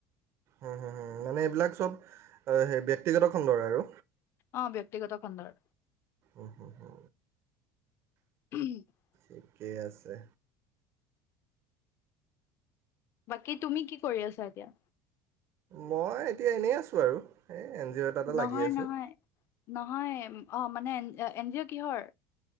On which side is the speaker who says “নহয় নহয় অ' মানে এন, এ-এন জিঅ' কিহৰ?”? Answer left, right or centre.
Left